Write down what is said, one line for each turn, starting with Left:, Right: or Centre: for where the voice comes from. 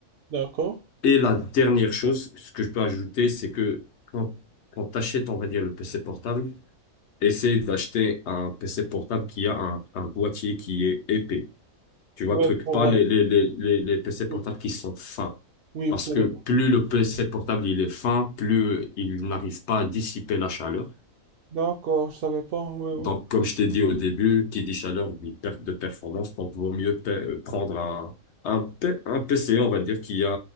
Right: d'accord.
Left: Et la dernière chose, ce que je peux ajouter, c'est que quand, quand t'achètes, on va dire, le PC portable, essaye d'acheter un PC portable qui a un, un boîtier qui est épais. Tu vois
Right: Ouais,
Left: le truc,
Right: pour...
Left: pas les,
Right: euh,
Left: les, les, les, les PC portables
Right: oui,
Left: qui sont fins.
Right: oui,
Left: Parce
Right: pour...
Left: que
Right: euh,
Left: plus le PC portable il est fin, plus il n'arrive pas à dissiper la chaleur.
Right: D'accord, je savais pas, ouais, ouais.
Left: Donc, comme je t'ai dit au début, qui dit chaleur dit perte de performance. Donc, vaut mieux pe- euh, prendre un, un, P- un PC, on va dire, qui a